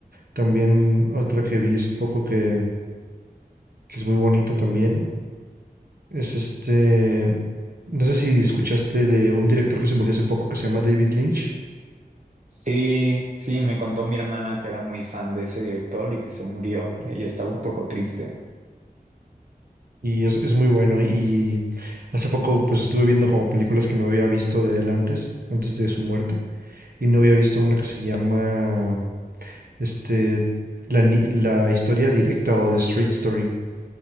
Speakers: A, on the right; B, on the right.
A: También otra que vi hace poco que, que es muy bonita también. Es este. No sé si escuchaste de un director que se murió hace poco que se llama David Lynch.
B: sí, sí, me contó mi hermana que era muy fan de ese director y que se murió, y ella estaba un poco triste.
A: Y es, es muy bueno. Y hace poco pues estuve viendo como películas que no había visto de él antes, antes de su muerte. Y no había visto una que se llama este, la, ni- la historia directa o The Straight Story.